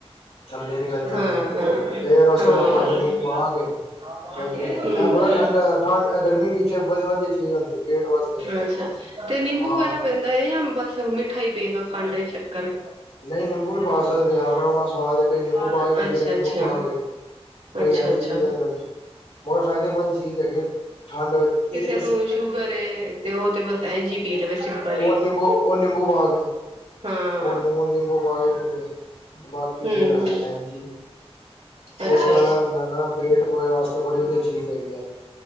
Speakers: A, on the left; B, on the right.
A: ਥੱਲੇ ਨਿਕਲ ਜਾਣਗੇ
B: ਹਾਂ, ਹਾਂ,
A: ਫੇਰ ਉਸ
B: ਹਾਂ
A: ਤੋਂ ਬਾਅਦ
B: ਹਮ
A: ਪਾਣੀ ਪੂਣੀ ਪਾ ਕੇ ਵਧੀਆ ਇਹ ਪਤਾ ਠੰਡ ਠੰਡ ਗਰਮੀ ਵਿੱਚ ਵਧੀਆ ਵਧੀਆ ਚੀਜ਼ ਹੁੰਦੀ ਹੈ ਪੇਟ ਵਾਸਤੇ
B: ਅੱਛਾ ਤੇ ਨਿੰਬੂ
A: ਹਾਂ
B: ਵਗੈਰਾ ਪੈਂਦਾ ਹੈ ਯਾ ਬਸ ਮਿੱਠਾ ਹੀ ਪਏਗਾ। ਖੰਡ ਸ਼ੱਕਰ
A: ਨਹੀਂ ਨਿੰਬੂ ਵੀ ਪਾ ਸਕਦੇ ਆ ਆਪਣਾ, ਆਪਣਾ ਸਵਾਦ ਹੈ, ਕਈ ਨਿੰਬੂ ਪਾ
B: ਅੱਛਾ,
A: ਕੇ ਪੀਂਦੇ ਲੂਣ
B: ਅੱਛਾ।
A: ਪਾ ਕੇ ਕਈ
B: ਅੱਛਾ,
A: ਐਝੰ
B: ਅੱਛਾ
A: ਪੀ ਲੈਂਦੇ ਮਗਰ ਫਾਇਦੇਮੰਦ ਚੀਜ਼ ਹੈਗੀ ਹੈ, ਠੰਡ ਵਿੱਚ ਇਹ
B: ਐਨੂੰ ਸ਼ੂਗਰ ਤੇ ਉਹ ਤੇ ਬਸ ਇੰਝ ਹੀ ਪੀ ਲਵੇ ਸਿੰਪਲ ਹੀ
A: ਉਹ ਨਿੰਬੂ ਉਹ ਨਿੰਬੂ ਪਾ ਕੇ
B: ਹਾਂ।
A: ਉਹ ਨੂਨ ਨਿੰਬੂ ਪਾ ਕੇ ਪੀਵੋ ਬਾਕੀ
B: ਹੂੰ,
A: ਫੇਰ
B: ਹੂੰ
A: ਆ ਏਣਜੀ ਪੀਣ
B: ਅੱਛਾ,
A: ਵਾਲਾ
B: ਅੱਛਾ।
A: ਹੁੰਦਾ ਨਾ ਪੇਟ ਉਏ ਵਾਸਤੇ ਬੜੀ ਵਧੀਆ ਚੀਜ਼ ਹੈਗੀ ਹੈ।